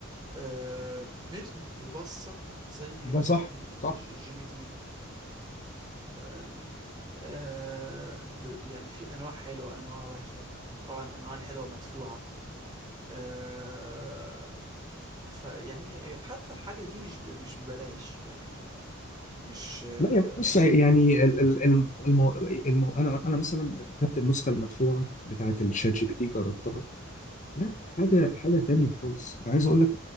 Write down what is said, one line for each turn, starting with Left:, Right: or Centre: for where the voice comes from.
Right: آه مش مبسط زي
Left: ده
Right: مثلا
Left: صح صح
Right: ج- جي بي تي فاهمني آه ب- ب- يعني في انواع حلوة انواع وحشة طبعا الانواع الحلوة مدفوعة آه فيعني حتى الحاجة دي مش ب- مش ببلاش يعني مش اه
Left: لا يا بص يعني ال- ال- الم... الم... الم... انا انا مثلا خدت النسخه المدفوعه بتاعه الشات جي بي تي جربتها لا حاجه حاجه تانية خالص انا عايز اقول لك